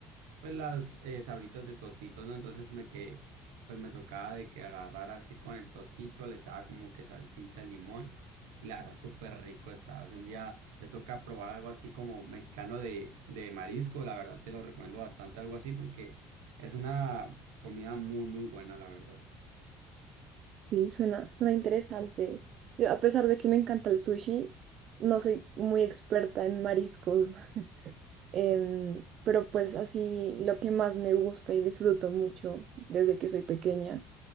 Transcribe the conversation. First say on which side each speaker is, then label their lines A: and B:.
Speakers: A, on the right; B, on the right.
A: pues las eh, sabritas de tostitos, ¿no? Entonces me que, pues me tocaba de que agarrara así con el tostito, le echaba como que salsita, limón y la verdad súper rico estaba. Si un día te toca probar algo así como mexicano de, de marisco, la verdad te lo recomiendo bastante, algo así porque es una comida muy, muy buena, la verdad.
B: Sí, suena, suena interesante. Yo, a pesar de que me encanta el sushi, no soy muy experta en mariscos, <laughs> em, pero pues así lo que más me gusta y disfruto mucho desde que soy pequeña